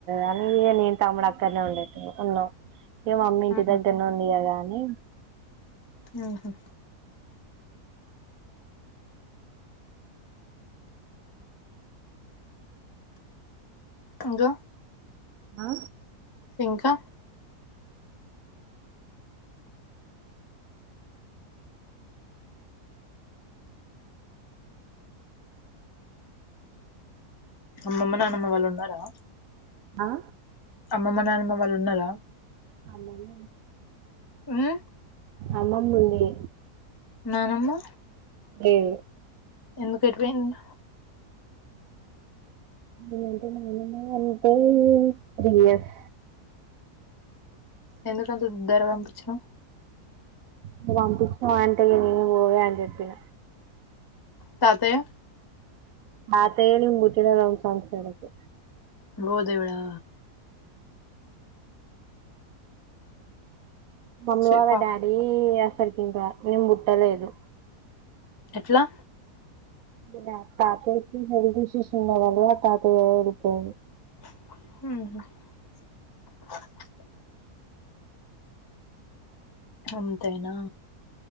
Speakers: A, on the right; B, on the left.
A: అనీగ నేన్ తమ్ముడక్కనే ఉండే ఉన్నాం ఇగ మమ్మీ ఇంటి
B: ఉమ్,
A: దగ్గరనే ఉంది కదా అని
B: ఊహు ఇంకా
A: ఆ
B: ఇంకా అమ్మమ్మ నానమ్మ వాళ్ళు ఉన్నారా
A: ఆ
B: అమ్మమ్మ నానమ్మ వాళ్ళు ఉన్నారా
A: అమ్మమ్మ
B: ఆ
A: అమ్మమ్ ముంది
B: నానమ్మ
A: లేదు
B: ఎందుకెటుపోయింది
A: అంటే రీయస్
B: ఎందుకంత ధర పంపించిన
A: నువవు పంపించినావు అంటే నేను గోవే అని చెప్పిన
B: తతే
A: ఆ తయి ఇంగ్ ముుట్టనం సాన్స అకి
B: ఓ దేవడా
A: మమ్మీ
B: ఛీ
A: వాళ
B: పాపం
A: డాడీ వస్తర్కింద నేను పుట్ ట్టలేదు
B: పలా
A: ఇ తాత హెల్త్ ఇష్యూస్ ఉన్నదాల తాతతు
B: హ అంతేనా